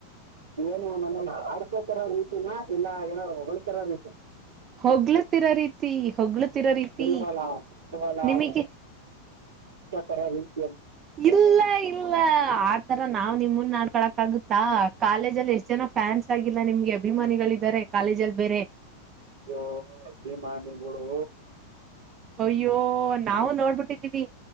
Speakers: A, on the right; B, on the right.
A: ಏನು ನ ಆಡ್ಕೋತರೋ ರೀತಿನ ಇಲ್ಲ ಏನಾರ ಹೊಳ್ಕರ ರೀತಿ
B: ಹೊಗ್ಲತಿರೋ ರೀತಿ ಹೊಗ್ಲತಿರೋ ರೀತಿ
A: ಇಲ್ವಲ್ಲ ಇಲ್ವಲ್ಲ
B: ನಿಮಗೆ
A: ಸ
B: ಇಲ್ಲ ಇಲ್ಲ ಆ ಆ ತರ ನಾವ್ ನಿಮ್ನ್ ನಡ್ಕೊಳಕ್ ಆಗುತ್ತಾ ಕಾಲೇಜ ಅಲ್ಲಿ ಎಷ್ಟ್ ಜನ ಫ್ಯಾನ್ಸ್ ಆಗಿಲ್ಲ ನಿಮ್ಗೆ ಅಭಿಮಾನಿಗಳಾರೆ ಕಾಲೇಜ ಅಲ್ಲಿ ಬೇರೆ
A: ಅ ಅ ಮಾಿಗಳು
B: ಅಯ್ಯೋ ನಾವು ನೋಡ್ಬಿಟ್ಟಿ